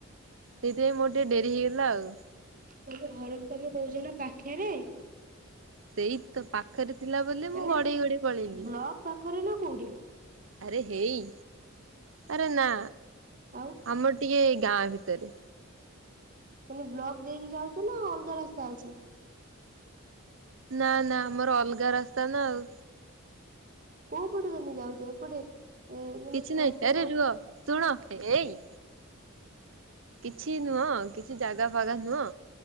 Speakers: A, on the right (about 65°); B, on the right (about 40°).
A: ସେଇଥିପାଇଁ ମୋର ଟିକେ ଡେରି ହେଇଗଲା ଆଉ।
B: ତମେ ଘରକୁ ତମେ <unintelligible> ନା ପାଖେରେ।
A: ସେଇ ତ ପାଖରେ ଥିଲା ବୋଲି
B: ମାନେ
A: ମୁଁ ଗଡେଇ ଗଡେଇ ପଳେଇଲି।
B: ବ୍ଲକ ପାଖରେ ନା କୋଉଠି
A: ଆରେ ହେଇ ଆରେ ନା
B: ଆଉ
A: ଆମ ଟି ଏ ଗାଁ ଭିତରେ।
B: ମାନେ ବ୍ଲକ ଦେଇକି ଯାଉଚ ନା ଅଲଗା ରାସ୍ତା ଅଛି?
A: ନା ନା ଆମର ଅଲଗା ରାସ୍ତା ନା ଆଉ।
B: କୋଉ ପଟେ ତମେ ଯାଉଚ? ଏପଟେ ଏ ମାନେ
A: କିଛି
B: କୁଆଖିଆର
A: ନାଇ ଆରେ ରୁହ, ଶୁଣ, ଏଇ କିଛି ନୁହଁ, କିଛି ଜାଗା ଫାଗା ନୁହଁ।